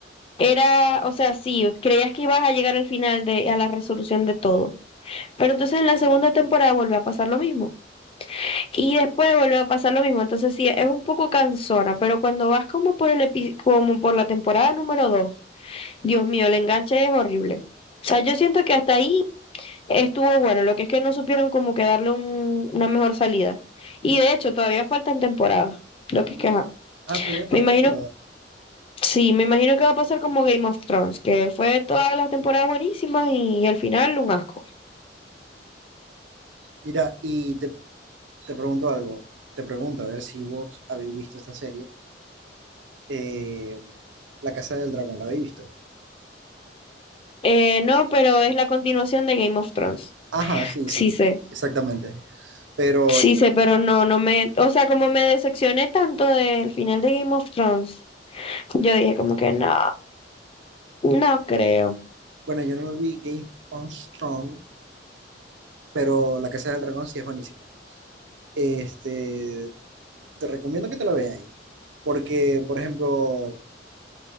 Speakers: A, on the left (about 30°); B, on the right (about 80°).
A: Era, o sea, sí, creías que ibas a llegar al final de, a la resolución de todo. Pero entonces en la segunda temporada vuelve a pasar lo mismo. Y después vuelve a pasar lo mismo. Entonces sí, es un poco cansona, pero cuando vas como por el epi- como por la temporada número 2, Dios mío, el enganche es horrible. O sea, yo siento que hasta ahí estuvo bueno, lo que es que no supieron como que darle un- una mejor salida. Y de hecho, todavía faltan temporadas, lo
B: Mm.
A: que es que, ajá.
B: Ah, todavía falta
A: Me imagino
B: temporada.
A: Sí, me imagino que va a pasar como Game of Thrones, que fue todas las temporadas buenísimas y, al final un asco.
B: Mira, y te, te pregunto algo. Te pregunto, a ver si vos habéis visto esta serie. Eh, La Casa del Dragón, ¿la habéis visto?
A: Eh, no, pero es la continuación de Game of Thrones.
B: Ajá, sí,
A: Sí
B: sí,
A: sé,
B: exactamente. Pero
A: sí sé, pero no, no me, o sea, como me decepcioné tanto del final de Game of Thrones, yo dije como que no, no creo.
B: Bueno, yo no me vi Game on Strong, pero La Casa del Dragón sí es buenísima. Este, te recomiendo que te la veas, porque, por ejemplo,